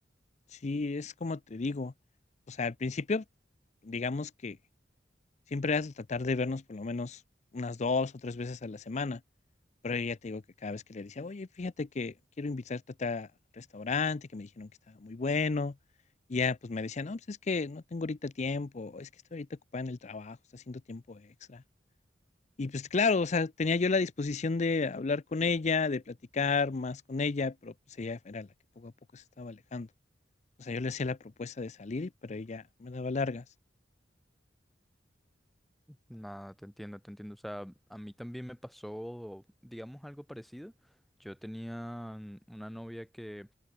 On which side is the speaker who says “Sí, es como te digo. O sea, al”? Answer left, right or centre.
Left